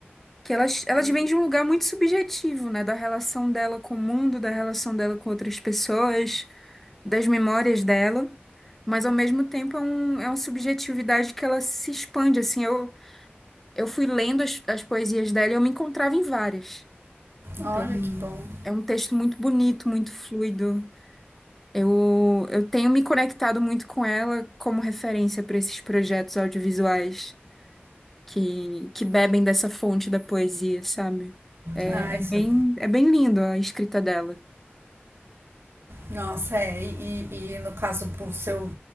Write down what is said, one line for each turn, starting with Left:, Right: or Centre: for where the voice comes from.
Centre: que elas, elas vêm de um lugar muito subjetivo, né? Da relação dela com o mundo, da relação dela com outras pessoas, das memórias dela. Mas, ao mesmo tempo, é, um, é uma subjetividade que ela se expande, assim. Eu, eu fui lendo as, as poesias dela e eu me encontrava em várias. Então,
Right: Olha que bom.
Centre: é um texto muito bonito, muito fluido. Eu, eu tenho me conectado muito com ela como referência para esses projetos audiovisuais que, que bebem dessa fonte da poesia, sabe? É,
Right: Ah,
Centre: é
Right: isso
Centre: bem,
Right: é
Centre: é bem lindo a escrita dela.
Right: Nossa, é, e, e- e no caso pro seu,